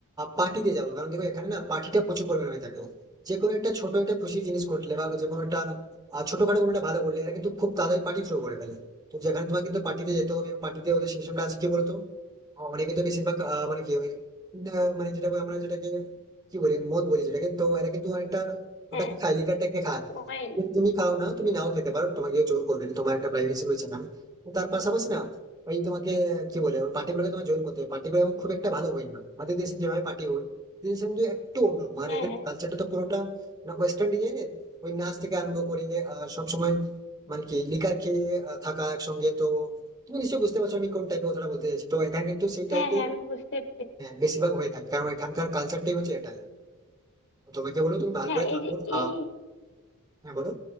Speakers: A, on the right (about 15°); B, on the left (about 55°).
A: পার্টিতে যাওয়া কারণ দেখো এখানে না পার্টিটা প্রচুর পরিমাণে হয়ে থাকে যে কোনো একটা ছোট একটা খুশি জিনিস ঘটলে বা যে কোনো একটা আহ, ছোটখাটো কোনো একটা ভালো করলে এরা কিন্তু খুব তাড়াতাড়ি পার্টি থ্রো করে ফেলে তো যেখানে তোমাকে কিন্তু পার্টিতে যেতে হবে পার্টিতে ওদের সিস্টেমটা আছে কি বলতো আহ অনেকে তো বেশিরভাগ আহ, মানে কি ওই আহ, মানে যেটা আমরা যেটাকে কি বলি মদ বলি যেটাকে তো এরা কিন্তু অনেকটা ওটাকে
B: হ্যাঁ
A: খায় লিকারটাকে খায়
B: ওয়াইন
A: কিন্তু তুমি খাও না তুমি নাও খেতে পারো তোমাকে কেউ জোর করবে না তোমার একটা প্রাইভেসি রয়েছে না তো তার পাশাপাশি না ওই তোমাকে কি বলে ওই পার্টিগুলোকে তোমার জয়েন করতে হবে পার্টিগুলো এখন খুব একটা ভালো হয় না আমাদের দেশে যেভাবে পার্টি হয় দেশে কিন্তু একটু অন্য মানে
B: হ্যাঁ
A: এদের
B: হ্যাঁ
A: কালচারটা তো পুরোটা না ওয়েস্টার্ন ডিজাইনের ওই নাচ থেকে আরম্ভ করে আহ, সবসময় মানে কি লিকার খেয়ে আহ, থাকা একসঙ্গে তো তুমি নিশ্চয়ই বুঝতে পারছো আমি কোন টাইপের কথাটা বলতে চাইছি তো এখানে কিন্তু সেই
B: হ্যাঁ
A: টাইপের
B: হ্যাঁ আমি বুঝতে পেরেছি
A: বেশিরভাগ হয়ে থাকে কারণ এখানকার কালচারটাই হচ্ছে এটাই তো তোমাকে বলো তুমি ভালো
B: হ্যাঁ
A: করে থাকো
B: এই যে
A: খাওয়া
B: এই
A: হ্যাঁ বলো